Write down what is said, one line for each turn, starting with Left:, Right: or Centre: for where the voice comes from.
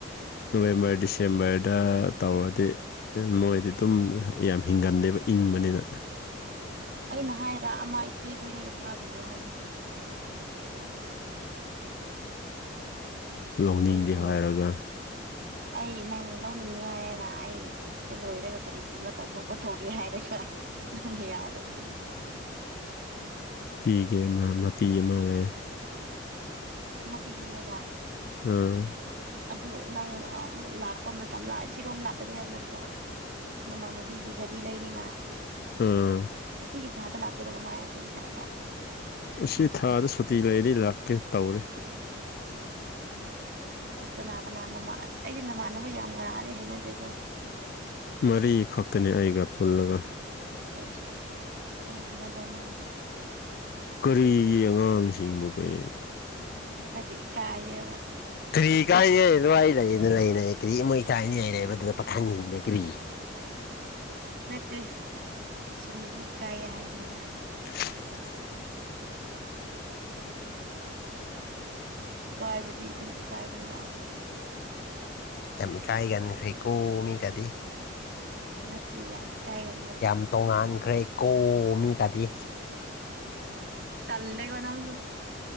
Left: ꯅꯣꯕꯦꯝꯕꯔ ꯗꯤꯁꯦꯝꯕꯔꯗ ꯇꯧꯔꯗꯤ ꯃꯣꯏꯗꯤ ꯑꯗꯨꯝ ꯌꯥꯝ ꯍꯤꯡꯒꯜꯗꯦꯕ ꯏꯪꯕꯅꯤꯅ
Right: ꯑꯩꯅ ꯍꯥꯏꯔ ꯑꯃ ꯏꯆꯦ ꯀꯨꯏꯅꯒ ꯊꯥꯕꯤꯌꯣ ꯍꯥꯏꯅ
Left: ꯂꯧꯅꯤꯡꯗꯦ
Right: ꯀꯩꯒꯤꯅꯣ
Left: ꯍꯥꯏꯔꯒ
Right: ꯑꯩ ꯅꯪ ꯂꯧꯅꯤꯡꯉꯦ ꯍꯥꯏꯌꯦꯅ ꯑꯩ ꯁꯤ ꯂꯣꯏꯔꯒ ꯀꯔꯤ ꯀꯔꯤꯅꯣ ꯇꯧꯊꯣꯛꯄ ꯊꯣꯛꯧꯒꯦ ꯍꯥꯏꯔꯒ ꯅꯪꯅ ꯌꯥꯗꯕꯅꯦ
Left: ꯄꯤꯤꯒꯦ ꯑꯃ ꯃꯄꯤ ꯑꯃ ꯂꯩ
Right: ꯃꯨꯄꯤꯤꯒꯦ ꯍꯥꯏꯕ
Left: ꯎꯝ
Right: ꯑꯗꯨ ꯅꯪ ꯑꯃꯨꯛ ꯂꯥꯛꯄ ꯃꯇꯝꯗ ꯑꯁꯤꯔꯣꯝ ꯂꯥꯛꯀꯅꯤ ꯍꯥꯏꯕ ꯅꯠꯇ꯭ꯔꯣ ꯅꯃꯥꯟꯅꯕꯤꯒꯤ ꯔꯤ ꯂꯩꯅꯤꯉꯥꯏ
Left: ꯎꯝ
Right: ꯑꯁꯤꯒꯤ ꯊꯥꯗ ꯂꯥꯛꯇꯣꯏꯔꯒ ꯃꯥꯏ ꯀꯔꯤ ꯊꯥꯗ
Left: ꯑꯁꯤ ꯊꯥꯗ ꯁꯨꯇꯤ ꯂꯩꯔꯗꯤ ꯂꯥꯛꯀꯦ ꯇꯧꯔꯦ
Right: <inaudible> <inaudible> ꯑꯁ ꯀꯅꯥ ꯀꯅꯥꯅꯥꯟ ꯑꯁ ꯑꯩꯗꯤ ꯅꯃꯥꯟꯅꯕ ꯌꯥꯝ ꯉꯔꯛꯑꯗꯤ ꯍꯩꯅꯗꯦꯀꯣ
Left: ꯃꯔꯤꯈꯛꯇꯅꯤ ꯑꯩꯒ ꯄꯨꯜꯂꯒ
Right: ꯑ ꯑꯩ ꯍꯥꯏꯅꯗꯧ ꯃꯥꯟꯂꯦ
Left: ꯀꯔꯤꯒꯤ ꯑꯉꯥꯡꯁꯤꯡꯕꯨ ꯀꯩ
Right: ꯅꯗꯤ ꯀꯥꯌꯦ
Left: ꯀꯔꯤ ꯀꯥꯏꯒꯦ ꯑꯗꯨꯋꯥꯏ ꯂꯩꯅ ꯂꯩꯅ ꯀꯔꯤ ꯃꯣꯏ ꯀꯥꯏꯅꯉꯥꯏ ꯂꯩꯕ꯭ꯔꯥ ꯑꯗꯨꯗ ꯄꯈꯪ ꯀ꯭ꯔꯤ
Right: ꯇꯦ ꯁꯨꯝ ꯏꯀꯥꯏꯌꯦ ꯍꯥꯏꯕꯅꯤꯗ
Left: <inaudible>
Right: ꯏꯀꯥꯏꯕꯗꯤ ꯑꯗꯨꯝ ꯏꯀꯥꯏꯕꯅꯤꯅ
Left: ꯌꯥꯝ ꯏꯀꯥꯏꯒꯟꯈ꯭ꯔꯦꯀꯣ ꯃꯤꯒꯗꯤ
Right: ꯅꯠꯇꯦ ꯌꯥꯝ ꯏꯀꯥꯏꯒꯟ
Left: ꯌꯥꯝ ꯇꯣꯉꯥꯟꯈ꯭ꯔꯦ ꯀꯣ ꯃꯤꯒꯗꯤ
Right: ꯇꯜꯦ ꯀꯅꯥꯗꯨ